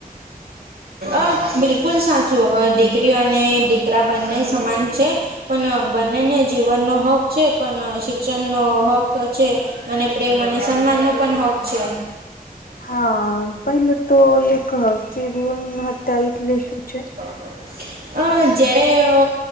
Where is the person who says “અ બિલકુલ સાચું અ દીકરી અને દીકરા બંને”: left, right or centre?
Right